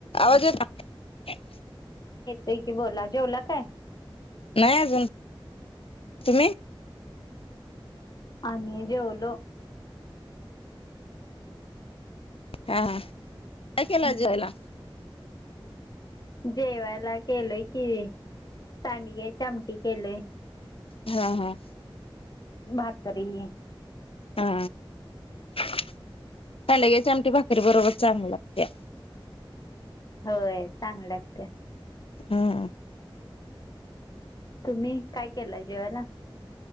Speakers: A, on the left; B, on the left.
A: आवाज य, <inaudible>
B: त की बोला जेवला काय?
A: नाही अजून तुम्ही,
B: आम्ही जेवलो.
A: हा हा काय
B: हम्म
A: केले जेवायला.
B: जेवायला केलय कि सांडग्या चमटी केलय.
A: हा हा,
B: भाकरी
A: हा, कांडगिरी चमट भाकरी बरोबर चांगल्या लागत्या
B: होय चांगलंत त्या
A: हम्,
B: तुम्ही काय केलंय जेवायला.